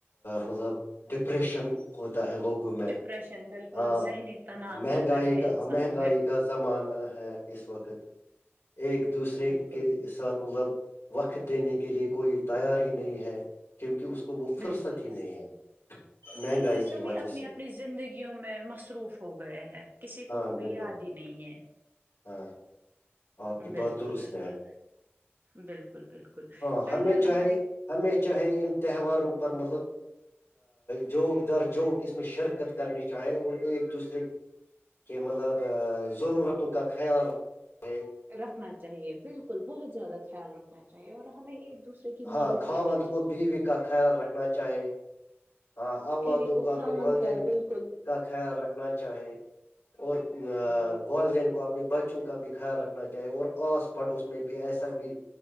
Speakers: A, on the left; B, on the right.
A: مطلب ڈپریشن ہوتا ہے لوگوں میں
B: ڈپریشن بالکل
A: ہاں
B: ذہنی تناؤ
A: مہنگائی
B: ہوتا ہے
A: کا
B: انسان
A: مہنگائی
B: میں
A: کا زمانہ ہے اس وقت ایک دوسرے
B: بالکل
A: کے ساتھ مطلب وقت دینے کے لیے کوئی تیار ہی نہیں ہے کیونکہ اس کو وہ
B: بالکل
A: فرصت ہی نہیں ہے مہنگائی
B: بالکل سبھی
A: کی وجہ
B: اپنی
A: سے
B: اپنی زندگیوں میں مصروف ہو گئے ہیں کسی
A: ہاں
B: کو کوئی
A: بالکل
B: یار ہی نہیں ہے
A: ہاں آپ کی
B: بالکل
A: بات درست
B: بالکل
A: ہے
B: بالکل بالکل
A: ہاں
B: تہوار
A: ہمیں چاہے
B: ہماری
A: ہمیں چاہے ان تہواروں پر مطلب جوک در جوک اس میں شرکت کرنی چاہے اور ایک دوسرے کہ مطلب ضرورتوں کا خیال ایک
B: رکھنا چاہیے بالکل بہت زیادہ خیال رکھ چاہیے اور ہمیں ایک دوسرے کی
A: ہاں
B: مدد
A: خاوند
B: کرنی چاہیے
A: کو بیوی کا خیال رکھنا چاہے ہاں اولادوں
B: بیوی کو
A: کا
B: خامن
A: اپنے والدین
B: کا بالکل
A: کا خیال رکھنا چاہے اور
B: بالکل
A: والدین کو بچوں کا بھی خیال رکھنا چاہیے اور آس پڑوس میں بھی ایسا بھی